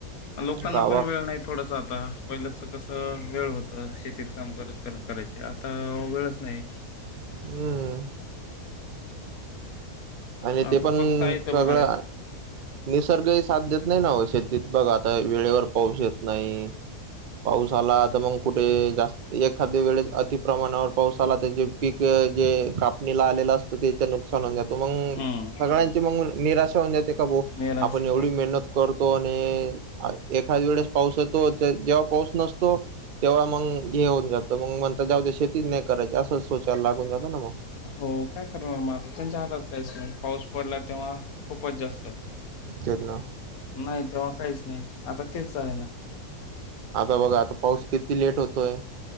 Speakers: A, on the left; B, on the right.
A: लोकांना
B: गावात
A: पण वेळ नाही थोडसं आता. पहिल्याचं कसं वेळ होतं. शेत तीत काम करत करत करायची. आता वेळच नाई.
B: हम्म. आणि
A: आता
B: ते पण
A: फक्त आहे ते
B: सगळं
A: बघायलेत
B: निसर्गही साथ देत नाही ना अव शेतीत बघ आता वेळेवर पाऊस येत नाई. पाऊस आला त मंग कुठे जास्त, एखाद्या वेळेस अतिप्रमाणावर पाऊस आला त जे पीक क जे कापणीला आलेलं असतं तेचं नुकसान होत् मंग,
A: हम्म
B: सगळ्यांची मगं निराशा होऊन जाते का भो,
A: निराश
B: आपण
A: हम्म
B: एवढी मेहनत कर तो आणि, एखाद वेळेस पाऊस यतो. जेव्हा पाऊस नसतो, तेव्हा मंग हे होऊन जातं. मंग मन्तं जाऊदे शेतीच नाही करायची असं स चा लागून जातं ना म.
A: हो काय करणार म आता, त्यांच्या हा अस्नी, पाऊस पडला तेंव्हा खूपच जास्त.
B: तेच ना
A: नाही, तेव्हा काहीच नाही. आता तेच आहे ना.
B: आता बघा, आता पाऊस किती लेट होतोय.